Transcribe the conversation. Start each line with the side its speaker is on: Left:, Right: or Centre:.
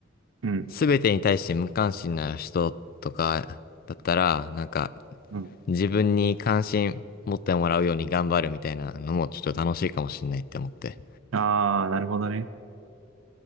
Right: うん、
Left: すべてに対して無関心な人とかだったら、なんか、
Right: うん。
Left: 自分に関心持ってもらうように頑張るみたいなのもちょっと楽しいかもしんないって思って。
Right: ああ、なるほどね。